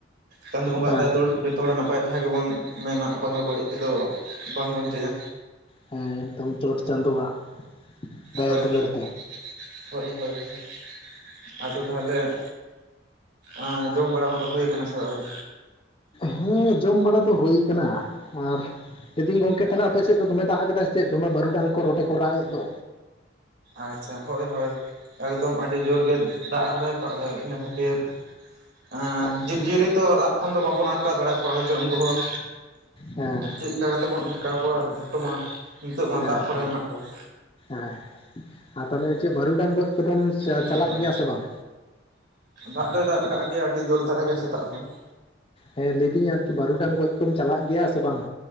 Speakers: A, on the right; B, on the left.
A: ᱪᱟᱸᱫᱚ ᱵᱚᱸᱜᱟ
B: ᱦᱮᱸ
A: ᱟᱜ ᱫᱟᱭᱟ ᱫᱩᱞᱟᱹᱲ ᱡᱚᱛᱚ ᱦᱚᱲ ᱱᱟᱯᱟᱭ ᱛᱟᱸᱦᱮ ᱜᱮᱵᱚᱱ ᱢᱮᱱᱟ ᱚᱠᱚᱭ ᱦᱚᱸ ᱵᱟᱹᱲᱤᱡ ᱛᱮᱫᱚ ᱵᱟᱝ ᱵᱚᱱ ᱪᱟᱹᱭᱟ
B: ᱦᱮᱸ ᱮᱠᱫᱚᱢ ᱪᱚᱴ ᱪᱟᱸᱫᱳᱣᱟᱜ ᱫᱟᱭᱟ
A: ᱦᱳᱭ
B: ᱫᱩᱞᱟᱹᱲ
A: ᱦᱳᱭ,
B: ᱛᱮ
A: ᱦᱳᱭ ᱦᱳᱭ ᱦᱳᱭ ᱟᱫᱚ ᱛᱟᱦᱚᱞᱮ ᱟᱸ ᱡᱚᱢ ᱵᱟᱲᱟ ᱠᱚᱫᱚ ᱦᱳᱭ ᱟᱠᱟᱱᱟ ᱥᱮ ᱟᱣᱨᱤ?
B: ᱦᱮᱸ ᱡᱚᱢ ᱵᱟᱲᱟ ᱫᱚ ᱦᱩᱭ ᱟᱠᱟᱱᱟ ᱟᱨ ᱞᱟᱹᱭ ᱫᱟᱧ ᱜᱚᱝᱠᱮ ᱛᱟᱦᱚᱞᱮ ᱟᱯᱮ ᱥᱮᱫ ᱫᱚ ᱫᱚᱢᱮ ᱫᱟᱜ ᱟᱠᱟᱫᱟᱭ ᱪᱮᱫ ᱫᱚᱢᱮ ᱵᱟᱹᱨᱩᱰᱟᱝ ᱠᱚ ᱨᱚᱴᱮ ᱠᱚ ᱨᱟᱜ ᱮᱫ ᱫᱚ?
A: ᱟᱪᱪᱷᱟ ᱦᱳᱭ ᱦᱳᱭ। ᱮᱠᱫᱚᱢ ᱟᱹᱰᱤ ᱡᱳᱨ ᱜᱮ ᱫᱟᱜ ᱟᱠᱟᱫᱟᱭ ᱛᱚ ᱟᱫᱚ ᱤᱱᱟᱹ ᱠᱷᱟᱹᱛᱤᱨ। ᱮᱸ
B: ᱟᱪᱪᱷᱟ ᱦᱮᱸ
A: ᱡᱤᱵᱽᱼᱡᱤᱭᱟᱹᱞᱤ ᱛᱚ ᱨᱟᱜ ᱠᱷᱚᱱ ᱫᱚ ᱵᱟᱵᱚᱱ ᱟᱴᱠᱟᱣ ᱫᱟᱲᱮᱭᱟ ᱠᱚᱣᱟ ᱦᱳᱭ ᱥᱮ ᱩᱱᱠᱩ ᱦᱚᱸ
B: ᱦᱮᱸ।
A: ᱪᱮᱛ ᱞᱮᱠᱟ ᱠᱟᱛᱮ ᱵᱚᱱ ᱟᱴᱠᱟᱣ ᱠᱚᱣᱟ ᱡᱷᱚᱛᱚ ᱢᱟ ᱱᱤᱛᱚᱜ ᱢᱟ
B: ᱦᱮᱸ ᱦᱮᱸ
A: ᱫᱟᱜ ᱠᱚᱨᱮ ᱢᱮᱱᱟᱜ ᱠᱚᱣᱟ।
B: ᱦᱮᱸ ᱾ ᱟᱨ ᱛᱟᱦᱚᱞᱮ ᱪᱮᱫ, ᱵᱟᱹᱨᱩᱰᱟᱝ ᱜᱚᱡ ᱠᱚᱫᱚᱢ ᱪᱟ-ᱪᱟᱞᱟᱜ
A: ᱦᱳᱭ ᱦᱳᱭ
B: ᱜᱮᱭᱮ ᱥᱮ ᱵᱟᱝ?
A: ᱫᱟᱜ ᱫᱚᱭ ᱫᱟᱫ ᱠᱟᱜ ᱜᱮᱭᱟ, ᱟᱹᱰᱤ ᱡᱳᱨ ᱫᱷᱟᱨᱟ ᱜᱮ ᱥᱮᱛᱟᱜ ᱠᱷᱚᱱ ᱾
B: ᱦᱮᱸ ᱞᱮᱭᱫᱤᱧ ᱟᱨᱠᱤ, ᱵᱟᱨᱩᱰᱟᱝ ᱜᱚᱡ ᱠᱚᱢ ᱪᱟᱞᱟᱜ ᱜᱮᱭᱟ ᱥᱮ ᱵᱟᱝ?